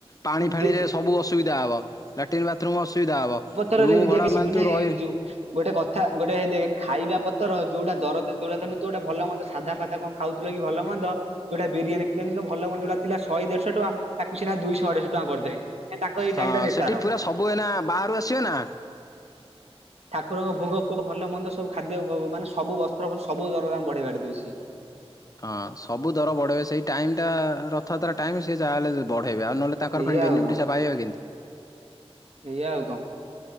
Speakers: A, on the left (about 35°); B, on the right (about 80°).
A: ପାଣି ଫାଣିରେ
B: ଦେ
A: ସବୁ ଅସୁବିଧା ହବ। ଲାଟିନ ବାଥରୁମ ଅସୁବିଧା ହବ।
B: ରେ
A: ରୁମ୍
B: ବି
A: ଭଡା
B: ଦେଖସିବୁ
A: ମାନେ
B: ନା
A: ତୁ
B: ଏଇ
A: ରହି
B: ଯୋଉ ଗୋଟେ କଥା ଗୋଟେ ଦେଖ୍ ଖାଇବା ପତର ଯୋଉଟା ଦର ଯୋଉଟା ତ ତ ଗୋଟେ ଭଲ ମନ୍ଦ ସାଧା ଫାଧା କଣ ଖାଉଥିଲ କି ଭଲ ମନ୍ଦ। ଯୋଉଟା ବିରିୟାନୀ ଫିରିଆନୀ ଭଲ ମନ୍ଦ ଯୋଉଟା ଥିଲା ଶହେ ଦେଢଶହ ଟଙ୍କା ତାକୁ ସିନା ଦୁଇଶହ ଅଢେଇଶହ ଟଙ୍କା କରିଦେବେ। ଏ ତାଙ୍କର ଏଇ
A: ହଁ
B: ଟାଇମ୍ ଟା ବେପାର।
A: ସେଠି ପୁରା ସବୁ ଏନା ବାହାରୁ ଆସିବେ ନା
B: ଠାକୁରଙ୍କ ଭୋଗ ଫୋଗ ଭଲ ମନ୍ଦ ସବୁ ଖାଦ୍ୟ ମାନେ ସବୁ ବ ସବୁ ଦରଦାମ୍ ବଢେଇ ବାଢେଇ ଦେବେ ସିଏ।
A: ହଁ ସବୁ ଦର ବଢେଇବେ ସେଇ ଟାଇମଟା ରଥଯାତ୍ରା ଟାଇମ ସେଏ ଯାହାଲେ ବଢେଇବେ ଆଉ ନହେଲେ ତାଙ୍କର
B: ଏଇଆ
A: ପୁଣି
B: ଆଉ
A: ବେନିଫିଟ
B: କଣ
A: ପାଇବେ କେନ୍ତୀ
B: ଏଇଆ ଆଉ କଣ?